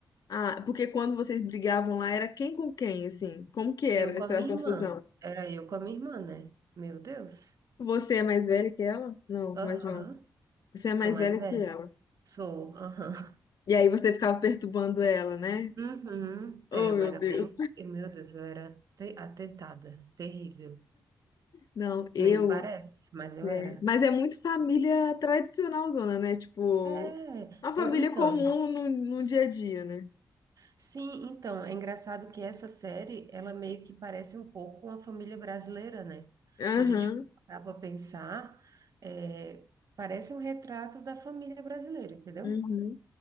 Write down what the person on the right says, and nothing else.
Eu com
a minha
irmã, era eu com a minha irmã, né? Meu Deus.
Aham.
Sou
mais
velha?
Sou, aham.
Uhum.
É, eu
era
bem, e, meu Deus, eu era te- atentada, terrível.
Nem parece, mas eu
era.
É,
eu, então,
Sim, então, é engraçado que essa série, ela meio que parece um pouco uma família brasileira, né?
Se a gente parar para pensar, é, parece um retrato da família brasileira, entendeu?